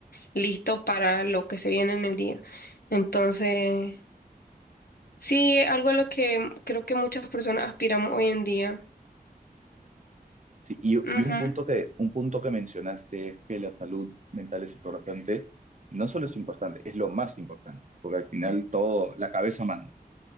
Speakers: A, on the left; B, on the right.
A: listo para lo que se viene en el día. Entonces, sí, algo a lo que creo que muchas personas aspiramos hoy en día.
B: Sí, y,
A: Ujú,
B: y un punto que, un punto que mencionaste es que la salud mental es importante. No solo es importante, es lo más importante, porque al final todo, la cabeza manda.